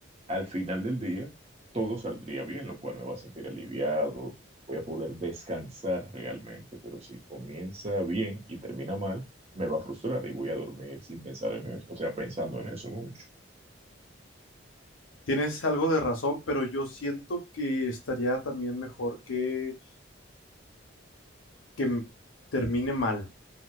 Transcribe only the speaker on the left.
Tienes algo de razón, pero yo siento que estaría también mejor que, que m- termine mal.